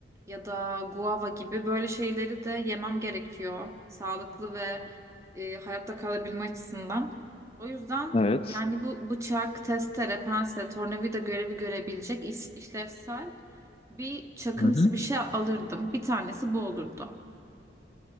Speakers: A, on the right; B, on the left.
A: ya da guava gibi böyle şeyleri de yemem gerekiyor sağlıklı ve e, hayatta kalabilme açısından. O yüzden
B: Evet.
A: yani bu bıçak, testere, pense, tornavida görevi görebilecek iş- işlevsel bir çakımsı
B: Hı hı.
A: bir şey alırdım. Bir tanesi bu olurdu.